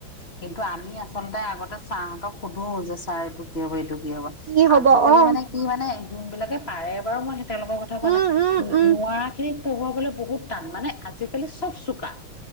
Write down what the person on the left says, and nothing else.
কিন্তু আমি আচলতে আগতে ছাৰহঁতক সোধো যে ছাৰ এইটো কি হ'ব এইটো হ'ব
আজিকালি
মানে কি মানে ধবিলাকে পাৰে বাৰু মই তেওঁলোকৰ কথা কোৱা
নাই
নোৱাৰা খিনিত পঢ়োয়াবলৈ বহুত টান মানে আজিকালি চব চোকা